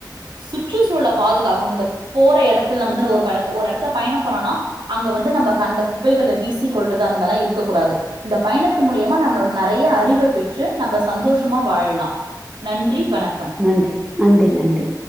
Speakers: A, on the right (about 85°); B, in the centre.
A: சுற்றுச்சூழல பாதுகாக்கணு ந்தப் போற எடத்துல நம்மந்து ஒருபடத் ஒரு எடத்துல பயணம் பனோனா அங்க வந்து நம்ம கண்ட குப்பைகளை வீசிக்கொள்றது அந்த மர்லா இருக்கக் கூடாது இந்த பயணத்து மூலியமா நம்மளோட நெறைய அறிவ பெற்று நம்ப சந்தோஷமா வாழ்லா நன்றி வணக்கம்
B: நன்றி நன்றி நன்றி